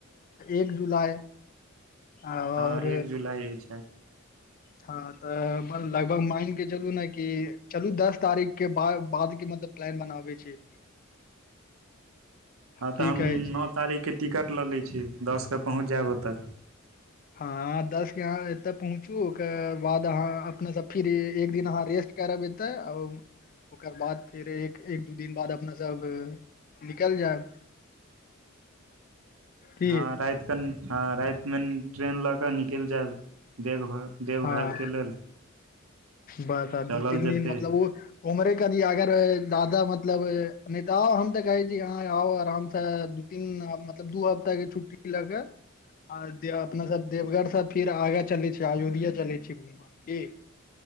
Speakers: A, on the left; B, on the right.
A: एक जुलाई आओर
B: हँ एक जुलाई अछि
A: हँ तऽ लगभग मान के चलू ने कि चलु दस तारीख केाद बाद के म त प्लन बनाबै छै
B: <unintelligible> हँ
A: की
B: तऽ हम
A: कहै छियै
B: नओ तारीखके टिकट लऽ लै छी दसके पहुँच जायब ओतय
A: हँ दस के यहाँ एतऽ पहुँचू ओकर बाद अहाँ अपनेसँ फिर एक दिन अहाँ रेस्ट करब एतत ओकर बाद फेर एक एक दू दिन बाद अपना सब निकलि जायब की
B: हँ राइत क नइ हाँ रइत में ट्रेन लऽ कऽ निकलि जायब देवर देवघर
A: हँ
B: के लेल
A: बस आ
B: चलल
A: दू तीन
B: जेतै
A: दिन मतलब ओ उमरे क न अगर दादा मतलब मतलब नहि तऽ आउ हम तऽ कहे छी यहाँ आउ आराम से दू तीन मतलब दू हप्ता के छुट्टी लके आ दे अपना सब देवघढ़रसँ फिर आगा चलै छी अयोध्या चलै छी घूम की